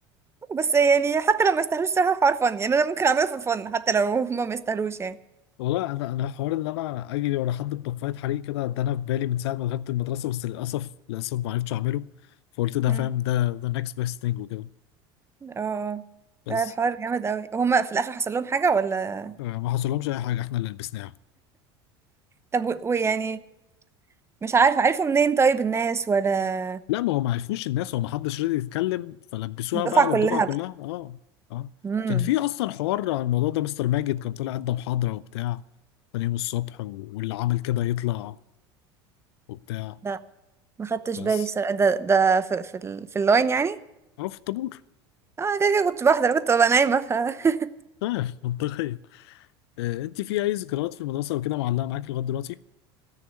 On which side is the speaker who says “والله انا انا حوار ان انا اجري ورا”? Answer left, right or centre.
Left